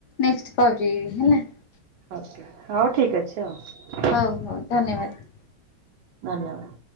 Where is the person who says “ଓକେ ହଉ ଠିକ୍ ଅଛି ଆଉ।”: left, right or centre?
Right